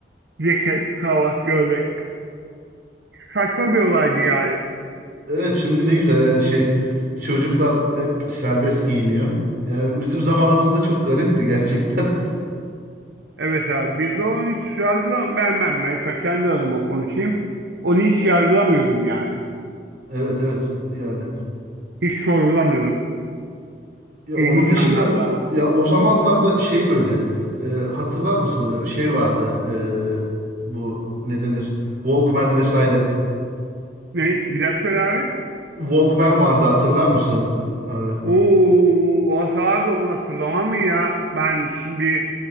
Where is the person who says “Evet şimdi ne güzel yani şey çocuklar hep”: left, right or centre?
Right